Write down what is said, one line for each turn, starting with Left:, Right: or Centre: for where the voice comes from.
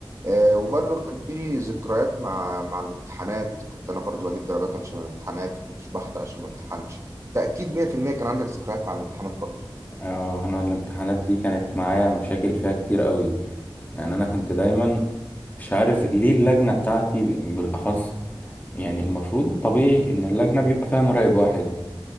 Right: آه، وبرضه كان في ذكريات مع مع الامتحانات كنت انا برضه بجيب درجات وحشه من الامتحانات كنتش بحضر عشان ما امتحنش تاكيد 100% كان عندك ذكريات مع الامتحانات برضه
Left: اه انا الامتحانات دي كانت معايا مشاكل فيها كتير قوي يعني انا كنت دايما مش عارف ليه اللجنه بتاعتي بالاخص يعني المفروض الطبيعي ان اللجنه بيبقى فيها مراقب واحد